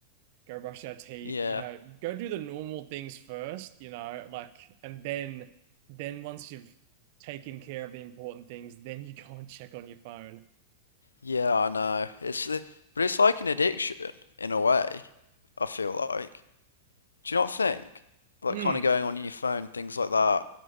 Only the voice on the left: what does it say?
yeah,
yeah, I know. It's the, but it's like an addiction in a way, I feel like. Do you not think? Like,
kind of going on your phone, things like that,